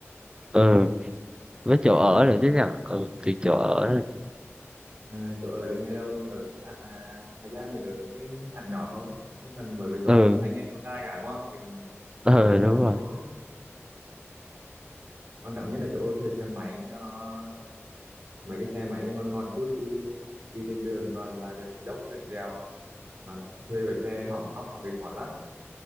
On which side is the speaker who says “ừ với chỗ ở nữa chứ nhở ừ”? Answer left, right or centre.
Right